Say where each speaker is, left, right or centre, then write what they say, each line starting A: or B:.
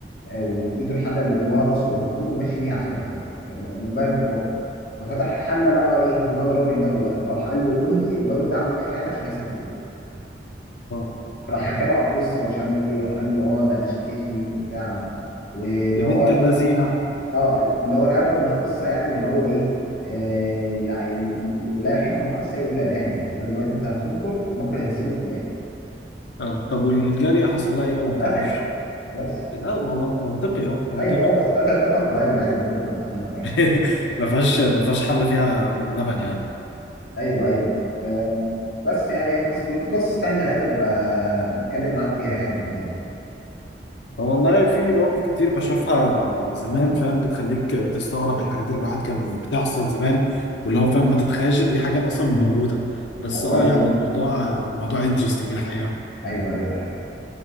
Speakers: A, on the left; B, on the left.
A: آه، وفي ايده الحله اللي جواها راسه المفروض وماشي بيها احمد يعني كان منبهر من الواقع ففتح الحله لقى ايه دماغ الراجل ده جواه فراح قال له قول لي الراجل ده عمل ايه في حياته عشان يحصل فيه كده
B: آه
A: راح حكى له على القصه ومش عارف ايه راح قال له اه ده انا شكيت فيك وبتاع واللي
B: يا
A: هو
B: بنت اللذينة
A: اه اللي هو العبره من القصه يعني اللي هو ايه آه لا لا يحيق المكر السيء الا باهله يعني انت دلوقتي انت هتنكر المكر هيسيبك في الاخر
B: آه طب والجارية حصل لها إيه ولا
A: يتقتل
B: ما تعرفش؟
A: خلاص
B: لا ما هو منطقي أه منطقي
A: ايوه اه بس قتل قتله طبيعيه عادي من غير طباخين ولا اي حاجه
B: <laughs> ما فيهاش ما فيهاش حل فيها لبن يعني
A: ايوه ايوه آه، بس يعني القصة دي في قصص تانية عايز أبقى أتكلم معاك فيها يعني قدام
B: هو والله في مواقف كتير بشوفها زمان فاهم بتخليك تستغرب الحاجات اللي الواحد كان بتحصل زمان واللي هو فاهم ما تتخيلش دي حاجات اصلا موجوده بس
A: أيوه
B: اه
A: أيوه
B: يعني الموضوع الموضوع انترستنج الحقيقه
A: أيوه أيوه ده حقيقي